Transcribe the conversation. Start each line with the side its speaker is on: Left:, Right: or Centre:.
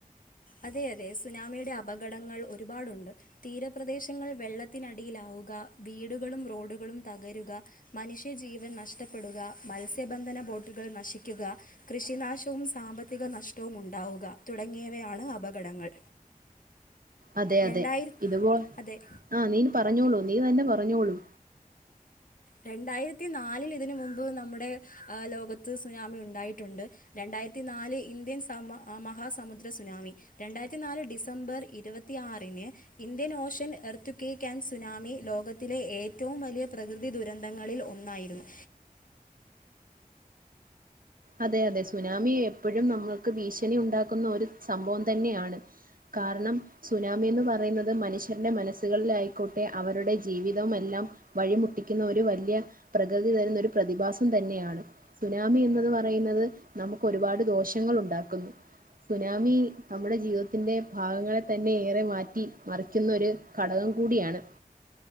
Left: അതെ അതെ സുനാമിയുടെ അപകടങ്ങൾ ഒരുപാടുണ്ട് തീരപ്രദേശങ്ങൾ വെള്ളത്തിനടിയിലാവും വീടുകളും റോഡുകളും തകരുക മനുഷ്യജീവൻ നഷ്ടപ്പെടുക മത്സ്യബന്ധ ബോട്ടുകൾ നശിക്കുക കൃഷിനാശവും സാമ്പത്തിക നഷ്ടവും ഉണ്ടാവുക തുടങ്ങിയ വയാണ് അപകടങ്ങൾ
Right: അതെ അതെ
Left: രണ്ടായിര
Right: ഇത്പോ
Left: അതെ
Right: ആഹ നീൻ പറഞ്ഞോളൂ നീ തന്നെ പറഞ്ഞോളൂ
Left: രണ്ടായിരത്തി നാലിൽ ഇതിനന് മുമ്പ് നമ്മുടെ ലോകത്ത് സുനാമി ഉണ്ടായിട്ടുണ്ട് രണ്ട യിരത്തി നാല് ഇന്ത്യൻ മഹാസമുദ്ര സുനാമി രണ്ടായിരത്തി നാല് ഡിസംബർ ഇരുപത്തി ആറ് ഞ് ഇന്ത്യൻ ഓഷൻ എർത്തക്കക്കാൻ സുനാമി ലോകത്തിലെ ഏറ്റവും വലിയ പ്രകൃതി ദുരിത ദുരന്തങ്ങളിൽ ഒന്നായിരുന്നു
Right: അതെ അതെ സുനാമിയെ എപ്പോഴും നമ്മൾക്ക് ഭീഷണി ഉണ്ടാക്കുന്ന ഒരു സംഭവം തന്നെയാണ് കാരണം സുനാമി എന്ന് പറയുന്നത് മനുഷ്യന്റെ മനസ്സുകളിലായിക്കോട്ടെ അവരുടെ ജീവിതവല്ലാം വഴിമുട്ടിക്കുന്ന ഒരു വലിയ പ്രകൃതി തരുന്ന ഒരു പ്രതിഭാസം തന്നെയാണ് സുനാമി എന്നത് പറ പറയുന്നത് നമുക്ക് ഒരുപാട് ദോഷങ്ങൾ ഉണ്ടാക്കുന്നു സുനാമി നമ്മുടെ ജീവിതത്തിന്റെ ഭാഗങ്ങളെ തന്നെ ഏറെ മാറ്റി മറിക്കുന്നൊ ഒരു ഘടകം കൂടിയാണ്